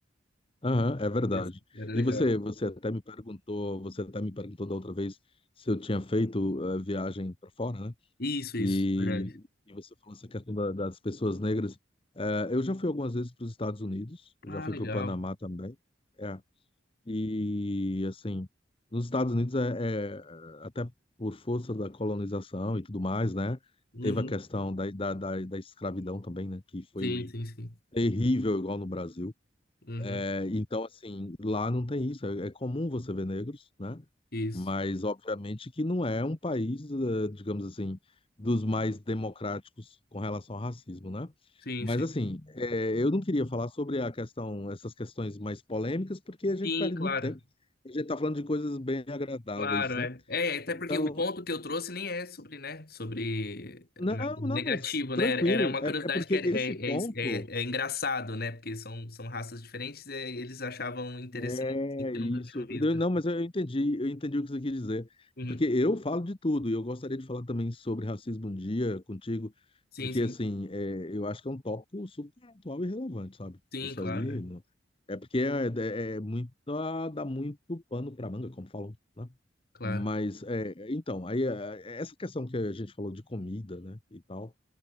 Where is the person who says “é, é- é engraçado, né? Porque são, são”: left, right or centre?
Left